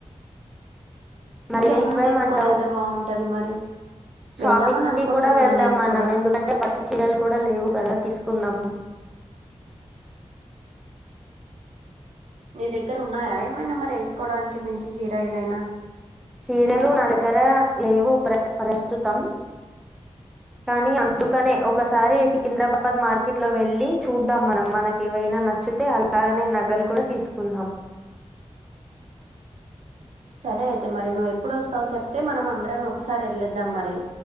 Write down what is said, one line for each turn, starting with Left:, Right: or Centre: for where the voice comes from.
Centre: మరి
Right: ఇంకా
Centre: నువ్వేమంటావు
Right: ఏమేమి తీసుకొని వెళ్తే బాగుంటది మరి
Centre: షాపింగ్కి
Right: వెళ్దామని అనుకుంటున్నాను
Centre: కూడా వెళ్దాం
Right: నేను
Centre: మనం
Right: కూడా
Centre: ఎందుకంటే పట్టు చీరలు కూడా లేవు కదా తీసుకుందాం ఉ
Right: నీ దగ్గర ఉన్నాయా ఏమైనా మరి ఏసుకోవడానికి మెంచి చీర ఏదైనా
Centre: చీరలు నా దగ్గర లేవు ప్ర ప్రస్తుతం కానీ అందుకనే ఒకసారి సికింద్రాబాద్ మార్కెట్లో వెళ్ళి చూద్దాం మనం మనక ఏవైనా నచ్చుతే అలానే నగలు కూడా తీసుకుందాం
Right: సరే అయితే మరి నువ్వు ఎప్పుడు వస్తావో చెప్తే మనం అందరం ఒకసారి వెళ్ళేద్దాం మరి